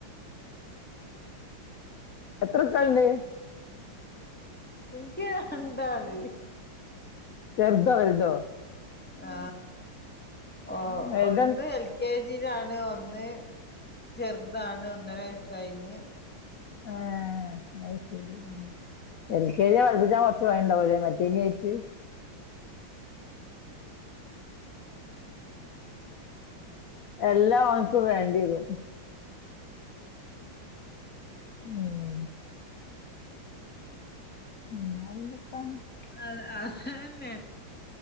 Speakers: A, on the left; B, in the centre.
A: എത്ര <unintelligible> കുട്ട്യാളുണ്ട്
B: <unintelligible> എനിക്ക് രണ്ടാള്
A: ചെർതോ വലുതോ
B: ആ, ഓ
A: വലുത
B: ഒന്ന് എൽ കെ ജിയിലാണ്, ഒന്ന് ചെറുതാണ് ഒന്നര വയസായിന്ന്
A: ആ അത് ശരി
B: ഉം
A: എൽ കെ ജി പഠിപ്പിച്ചാൻ കുറച്ച് വഴിയിണ്ടാവലെ മറ്റേ ആയിട്ട് എല്ലാം അവനക്ക് വേണ്ടീരും ഉം ഉം അതിന്റെത്താ
B: അ അത് തന്നെ